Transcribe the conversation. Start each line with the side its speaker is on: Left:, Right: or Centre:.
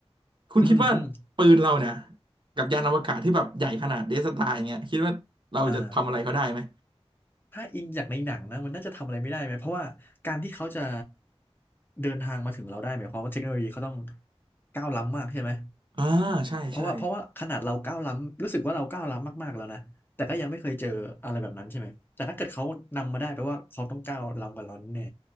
Right: คุณคิดว่าปืนเราเนี่ย
Left: อืมอืม
Right: กับยานอวกาศที่แบบใหญ่ขนาดเดสตาร์อย่างเงี้ยคิดว่าเราจะทำอะไรเขาได้ไหม
Left: อ่าถ้าอิงจากในหนังนะมันน่าจะทำอะไรไม่ได้ไหมเพราะว่าการที่เขาจะเดินทางมาถึงเราได้หมายความว่าเทคโนโลยีเขาต้องก้าวล้ำมากใช่ไหม
Right: อ่าใช่ใช่
Left: เพราะว่าเพราะว่าขนาดเราก้าวล้ำรู้สึกว่าเราก้าวล้ำมากๆแล้วนะแต่ก็ยังไม่เคยเจออะไรแบบนั้นใช่ไหมแต่ถ้าเกิดเขานำมาได้แปลว่าเขาต้องก้าวล้ำกว่าเราแน่